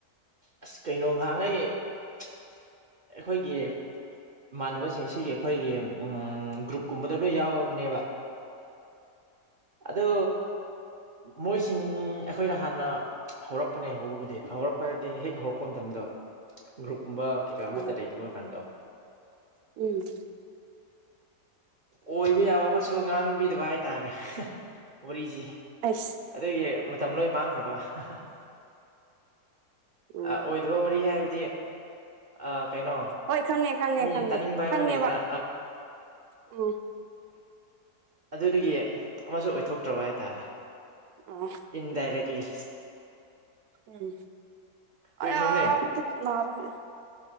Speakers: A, on the right; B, on the right.
A: ꯑꯁ ꯀꯩꯅꯣ ꯉꯍꯥꯟꯒꯩ ꯑꯩꯈꯣꯏꯒꯤ ꯏꯃꯥꯟꯅꯕꯁꯤꯡ ꯁꯤꯒꯤ ꯑꯩꯈꯣꯏꯒꯤ ꯒ꯭ꯔꯨꯞꯀꯨꯝꯕꯗ ꯂꯣꯏ ꯌꯥꯎꯔꯕꯅꯦꯕ ꯑꯗꯨ ꯃꯣꯏꯁꯤꯡ ꯑꯩꯈꯣꯏꯅ ꯍꯥꯟꯅ ꯍꯧꯔꯛꯄꯅꯦ ꯍꯧꯕꯕꯨꯗꯤ ꯍꯧꯔꯛꯄ ꯍꯥꯏꯕꯗꯤ ꯍꯦꯛ ꯍꯧꯔꯛꯄ ꯃꯇꯝ ꯗꯣ ꯒ꯭ꯔꯨꯞꯀꯨꯝꯕ ꯀꯩꯀꯥ ꯑꯃꯠꯇ
B: ꯑꯣ
A: ꯂꯩꯇꯕ ꯀꯥꯟꯗꯣ
B: ꯎꯝ
A: ꯑꯣꯏꯕ ꯌꯥꯕ ꯑꯃꯁꯨ ꯉꯥꯡꯕꯤꯗꯕ ꯍꯥꯏꯇꯥꯔꯦ ꯋꯥꯔꯤꯁꯤ
B: ꯑꯁ
A: ꯑꯗꯨꯒꯤ ꯃꯇꯝ ꯂꯣꯏ ꯃꯥꯡꯈ꯭ꯔꯕ ꯍꯥ ꯍꯥ
B: ꯎꯝ
A: ꯑ ꯑꯣꯏꯗꯕ ꯋꯥꯔꯤ ꯍꯥꯏꯕ ꯗꯤ ꯑ ꯀꯩꯅꯣ
B: ꯍꯣꯏ ꯈꯪꯉꯦ ꯈꯪꯉꯦ
A: ꯃꯤꯅ
B: ꯈꯪꯉꯦ
A: ꯇꯥꯅꯤꯡꯕ ꯍꯥꯏꯕ
B: ꯈꯪꯉꯦꯕ
A: ꯑꯃ ꯂꯩꯗꯅ
B: ꯎꯝ
A: ꯑꯗꯨꯗꯨꯒꯤ ꯑꯃꯁꯨ ꯑꯣꯏꯊꯣꯛꯇ꯭ꯔꯕ ꯍꯥꯏꯇꯥꯔꯦ
B: ꯑꯣ
A: ꯏꯟꯗꯥꯏꯔꯦꯛꯂꯤ
B: ꯎꯝ
A: ꯀꯨꯏꯈ꯭ꯔꯕꯅꯦ
B: ꯑ ꯄꯨꯛ ꯅꯥꯕ ꯍꯧꯔꯦ